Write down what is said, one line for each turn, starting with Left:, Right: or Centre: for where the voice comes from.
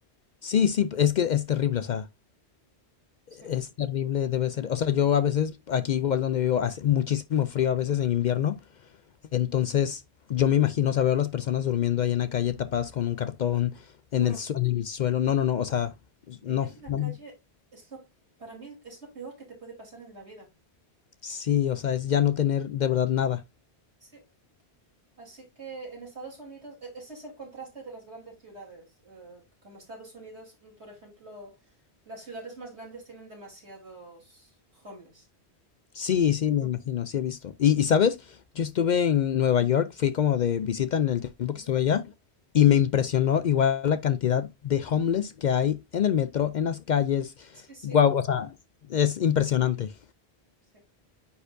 Left: Sí, sí, es que es terrible, o sea,
Right: Sí.
Left: es terrible, debe ser. O sea, yo a veces, aquí igual donde vivo, hace muchísimo frío a veces en invierno, entonces yo me imagino, o sea, veo a las personas durmiendo ahí en la calle tapadas con un cartón
Right: Pero
Left: en el, sue- en el suelo. No, no, no, o sea,
Right: Vivir
Left: no,
Right: en la
Left: no.
Right: calle es lo, para mí es lo peor que te puede pasar en la vida.
Left: Sí, o sea, es ya no tener de verdad nada.
Right: Sí, Así que en Estados Unidos, e- ese es el contraste de las grandes ciudades. Eh, como Estados Unidos, mm, por ejemplo, las ciudades más grandes tienen demasiados homeless.
Left: Sí,
Right: Y
Left: sí, me imagino, sí he visto. Y, y sabes, yo estuve en Nueva York, fui como de visita en el tiempo
Right: ujú,
Left: que estuve allá y me impresionó igual la cantidad de homeless que hay en el metro, en las calles.
Right: sí, sí,
Left: Guau, o sea, es impresionante.
Right: sí.